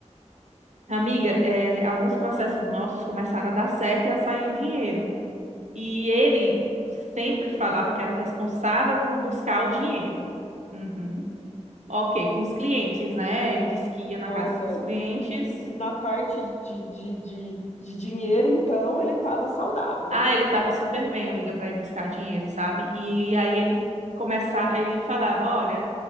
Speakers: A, on the right; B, on the left.
A: Amiga, é, alguns processos nossos começaram a dar certo e a sair o dinheiro. E ele sempre falava que era o responsável por buscar o dinheiro. Uhum. Ok, com os clientes, né? Ele disse que ia na
B: Nossa,
A: casa dos clientes.
B: é, na parte de, de, de, de dinheiro, então, ele estava saudável.
A: Ah, ele tava super bem, amiga, para ir buscar dinheiro, sabe? E aí ele começava, ele falava, olha,